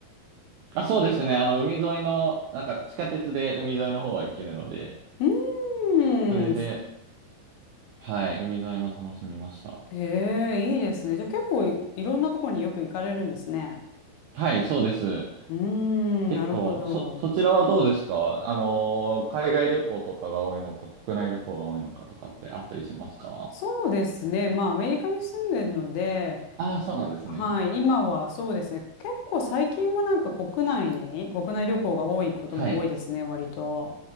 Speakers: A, on the right (about 85°); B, on the left (about 80°).
A: あ、そうですね。あの、海沿いの、なんか地下鉄で海沿いの方は行けるので、
B: うーん。
A: それで、はい、海沿いも楽しみました。
B: へえ、いいですね。じゃあ結構い、いろんなところによく行かれるんですね。
A: はい、そうです。
B: うーん、
A: 結構、
B: なるほど。
A: そ、そちらはどうですかあのー、海外旅行とかが多いのか、国内旅行が多いのかとかってあったりしますか
B: そうですね。まあ、アメリカに住んでるので、
A: ああー、そうなんですね。
B: はい、今はそうですね。結構最近はなんか国内に、国内旅行が多いことも多いですね、
A: はい。
B: 割と。